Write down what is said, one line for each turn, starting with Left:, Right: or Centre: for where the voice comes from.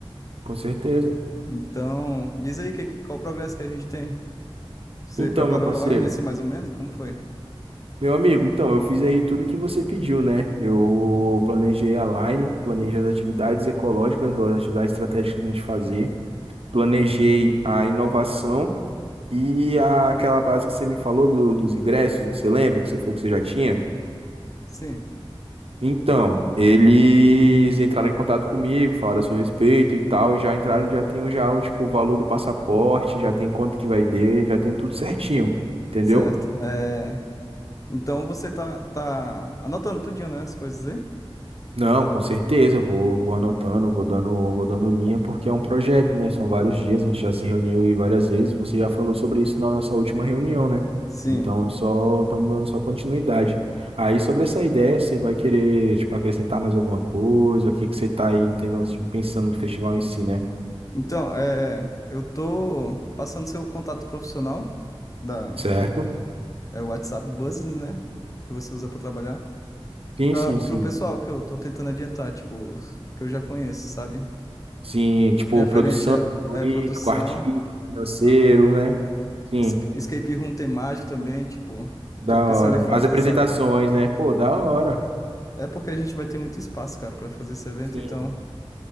Right: Com certeza.
Left: Então, diz aí que, qual o progresso que a gente tem. Você
Right: Então,
Left: preparou
Right: meu parceiro,
Left: online, assim, mais ou menos? Como foi?
Right: meu amigo, então, eu fiz aí tudo que você pediu, né? Eu planejei a line, planejei as atividades ecológicas, ou as atividades estratégicas que a gente fazer, planejei a inovação. E a- aquela base que você me falou do- dos ingressos, você lembra que você falou que você já tinha?
Left: Sim,
Right: Então, eles entraram em contato comigo, falaram a seu respeito e tal, e já entraram, já tenho já o tipo o valor do passaporte, já tem quanto que vai ter, já tenho tudo certinho, entendeu?
Left: certo. É, então, você tá, tá anotando tudinho, né? As coisas aí?
Right: Não, com certeza, eu vou, vou anotando, vou dando, vou dando linha, porque é um projeto, né? São vários dias, a gente já se reuniu aí várias vezes, você já falou sobre isso na nossa última reunião, né?
Left: Sim.
Right: Então, é só estamos dando só continuidade. Aí, sobre essa ideia, você vai querer, tipo, acrescentar mais alguma coisa? O que que você tá aí tendo, assim, pensando do festival em si, né?
Left: Então, é, eu tô passando seu contato profissional da,
Right: Certo?
Left: é o WhatsApp Business, né? Que você usa pra trabalhar.
Right: Sim,
Left: Para
Right: sim,
Left: pro
Right: sim.
Left: pessoal que eu tô tentando adiantar, tipo, que eu já conheço, sabe?
Right: Sim, tipo,
Left: Referente
Right: produção,
Left: à
Right: jurídico,
Left: à produção,
Right: artístico, financeiro,
Left: aham.
Right: né? Sim,
Left: Es- Escape room temático também, tipo, eu
Right: da
Left: tô pensando
Right: hora.
Left: em fazer,
Right: As apresentações,
Left: sabe?
Right: né? Pô, da hora.
Left: É porque a gente vai ter muito espaço, cara, pra fazer esse evento,
Right: Sim.
Left: então